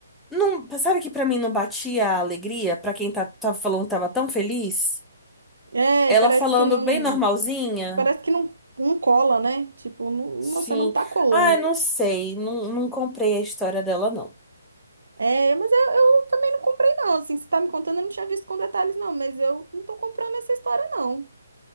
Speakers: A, in the centre; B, on the right.
A: Não, sabe que pra mim não batia a alegria? Pra quem tá, tá falando que tava tão feliz?
B: É,
A: Ela
B: parece
A: falando
B: que não.
A: bem normalzinha.
B: Parece que não, não cola, né? Tipo, não,
A: Sim.
B: você não tá colando.
A: Ai, não sei, não, não comprei a história dela, não.
B: É, mas eu, eu também não comprei, não. Assim, você tá me contando, eu não tinha visto com detalhes, não. Mas eu não tô comprando essa história, não.